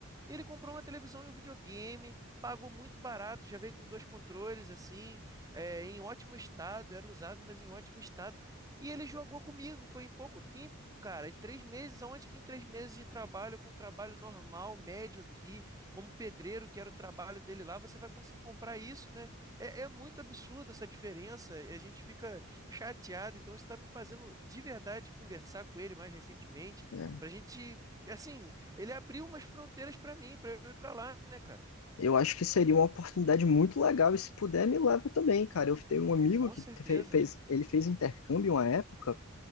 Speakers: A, on the right; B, on the left.
A: E ele comprou uma televisão e um videogame, pagou muito barato, já veio com dois controles, assim, é, em ótimo estado, era usado, mas em ótimo estado. E ele jogou comigo, foi em pouco tempo, cara, em três meses, onde que em três meses de trabalho, com um trabalho normal, médio aqui, como pedreiro, que era o trabalho dele lá, você vai conseguir comprar isso, né? É, é muito absurda essa diferença e a gente fica chateado. Então, isso está me fazendo de verdade conversar com ele mais recentemente,
B: É,
A: para a gente, assim, ele abriu umas fronteiras para mim, para eu ir para lá, né, cara?
B: Eu acho que seria uma oportunidade muito legal e se puder me leva também, cara. Eu tenho um amigo
A: Com
B: que
A: certeza.
B: fe- fez, ele fez intercâmbio uma época